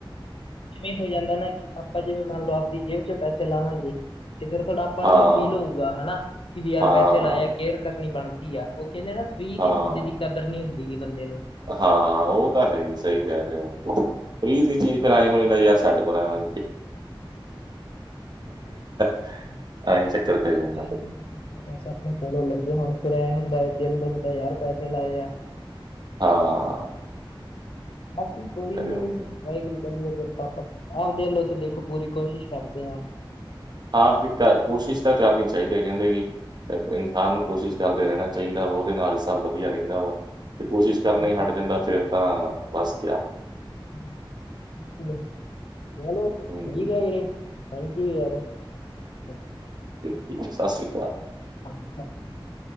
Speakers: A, on the left (about 75°); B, on the right (about 50°).
A: ਇਵੇਂ ਹੋ ਜਾਂਦਾ ਨਾ, ਕਿ ਆਪਾਂ ਜਿਵੇਂ ਮਨ ਲੋ ਆਪਦੀ ਜੇਬ ਚੋਂ ਪੈਸੇ ਲਾਵਾਂਗੇ ਤੇ ਫੇਰ ਥੋੜਾ ਆਪਾਂ
B: ਹਾਂ
A: ਨੂ ਵੀ ਫੀਲ ਹੋਊਗਾ ਹੈਨਾ ਕਿ ਵੀ ਯਾਰ
B: ਹਾਂ
A: ਪੈਸੇ ਲਾਏ ਆ, ਕੇਅਰ ਕਰਨੀ ਬਣਦੀ ਆ, ਓ ਕੈਂਦੇ ਨਾ ਫ੍ਰੀ ਦੀ
B: ਹਾਂ
A: ਚੀਜ ਦੀ ਕਦਰ ਨੀ ਹੁੰਦੀ ਗੀ, ਬੰਦੇ ਨੂ
B: ਹਾਂ, ਉਹ ਤਾਂ ਹੈ ਈ ਸਈ ਕਹਿ ਰੇ ਔ, ਫ੍ਰੀ ਦੀ ਚੀਜ ਫੇਰ ਐਂਈ ਹੋ ਜਾਂਦਾ ਯਾਰ, ਛੱਡ ਪਰਾਂ <unintelligible>
A: <unintelligible>
B: ਐਂ ਚੱਕਰ ਪੈ ਜਾਂਦਾ
A: ਪੈਸੇ
B: ਫਿਰ।
A: ਅਪਣੇ ਕੋਲੋਂ ਲਗੇ ਹੋੁਣ, ਫੇਰ ਐਂ ਹੁੰਦੈ ਦਿਲ ਦੁਖਦਾ, ਯਾਰ ਪੈਸੇ ਲਾਏ ਆ
B: ਆਂ ਆਂ
A: ਆਕੀ ਕੋਈ ਨੀ
B: ਹੋ
A: ਵਾਹਿਗੁਰੂ ਕਰਨਗੇ ਕਿਰਪਾ, ਆਪਦੇ ਅਲੋ ਤੇ ਦੇਖੋ ਪੂਰੀ ਕੋਸ਼ਿਸ਼ ਕਰਦੇ ਆਂ
B: ਆਪ ਵੀ ਕਰ, ਕੋਸ਼ਿਸ਼ ਤਾਂ ਕਾਰਨੀ ਚਾਈਦੀ ਕਹਿੰਦੇ ਜੀ ਇਨਸਾਨ ਨੂ ਕੋਸ਼ਿਸ਼ ਕਰਦੇ ਰਹਿਣਾ ਚਾਈਦਾ ਓਦੇ ਨਾਲ ਈ ਸਬ ਵਧੀਆ ਰਹਿੰਦਾ ਵਾ। ਤੇ ਕੋਸ਼ਿਸ਼ ਕਰਨਾ
A: ਹੁਣ
B: ਈ ਹਟ ਜਾਂਦਾ ਫੇਰ ਤਾਂ, ਬਸ ਕਿਆ।
A: <unintelligible> <unintelligible>
B: ਹਮ, ਠੀਕੇ ਸਸ਼੍ਰੀ ਕਾਲ।
A: <unintelligible>